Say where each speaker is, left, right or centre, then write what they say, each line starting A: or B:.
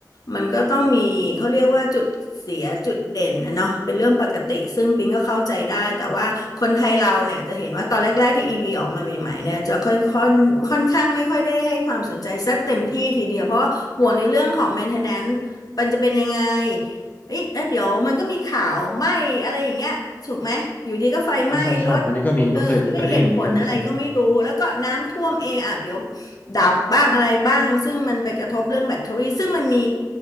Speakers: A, on the left; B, on the left.
A: มันก็ต้องมีเขาเรียกว่าจุดเสียจุดเด่นนะเนาะเป็นเรื่องปกติซึ่งปิงก็เข้าใจได้แต่ว่าคนไทยเราเนี่ยจะเห็นว่าตอนแรกๆที่ EV ออกมาใหม่ๆเนี่ยจะค่อยค่อนค่อนข้างไม่ค่อยได้ให้ความสนใจสักเต็มที่ทีเดียวเพราะว่าห่วงในเรื่องของ maintenance มันจะเป็นยังไงเอ๊ะแล้วเดี๋ยวมันก็มีข่าวไหม้อะไรอย่างเงี้ยถูกไหมอยู่ดีก็ไฟไหม้รถ
B: ใช่ใช่ใช่อันนี้ก็มีก็เคยเคยได้ยินเหมือนกันใช่
A: เออด้วยเหตุผลอะไรก็ไม่รู้แล้วก็น้ำท่วมเองอ่ะเดี๋ยวดับบ้างอะไรบ้างซึ่งมันไปกระทบเรื่องแบตเตอรี่ซึ่งมันมี